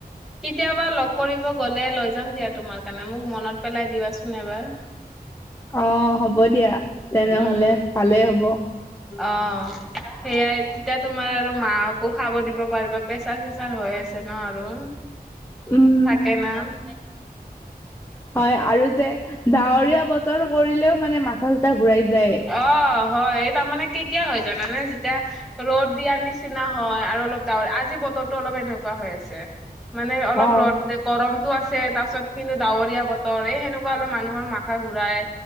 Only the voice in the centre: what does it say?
কেতিয়াবা লগ কৰিব গ'লে লৈ যাম দিয়া তোমাৰ কাৰণে মোক মনত পেলাই দিবাচোন এবাৰ
উম
অ। সেয়াই তেতিয়া তোমাৰ আৰু মাহকো খাব দিব পাৰিবা পেচাৰ-চেচাৰ হৈ আছে ন আৰু।
কে-না -
অ হয় এই তাৰমানে কেতিয়া হৈ যায় মানে যেতিয়া- ৰ'দ দিয়াৰ নিচিনা হয় আৰু অলপ ডাৱৰ আজি বতৰটো অলপ এনেকুৱা হৈ আছে। মানে অলপ
ৰ'দ- গৰমতটো আছে তাৰ-ছত কিন্তু ডাৱৰীয়া বতৰ এই সেনেকুৱা হলে মানুহৰ মাথা ঘূৰাই